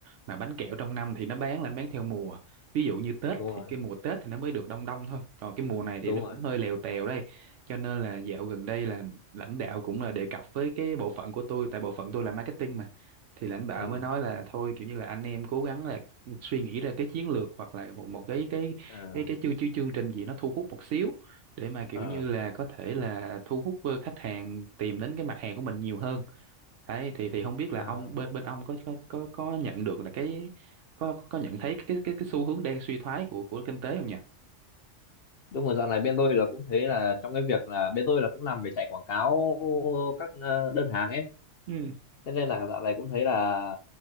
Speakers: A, on the right (about 75°); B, on the left (about 60°).
A: mà bánh kẹo trong năm thì nó bán là nó bán theo mùa ví dụ như Tết
B: đúng
A: thì
B: rồi
A: cái mùa Tết thì nó mới được đông đông thôi còn cái mùa này thì
B: đúng
A: nó cũng
B: rồi
A: hơi lèo tèo đây cho nên là dạo gần đây là lãnh đạo cũng là đề cập với cái bộ phận của tôi tại bộ phận tôi là marketing mà thì lãnh đạo
B: ừ.
A: mới nói là thôi kiểu như là anh em cố gắng là suy nghĩ ra cái chiến lược hoặc là một một cái cái
B: à,
A: cái cái chương chương chương trình gì nó thu hút một xíu để mà kiểu
B: à,
A: như là có thể là thu hút ờ, khách hàng tìm đến cái mặt hàng của mình nhiều hơn đấy thì thì không biết là
B: à.
A: ông bên bên ông có có có có nhận được là cái có có nhận thấy cái cái cái xu hướng đang suy thoái của của kinh tế không nhỉ
B: đúng rồi dạo này bên tôi là cũng thấy là trong cái việc là bên tôi là cũng làm về chạy quảng cáo các ờ, đơn hàng ấy
A: ừ
B: thế nên là dạo này cũng thấy là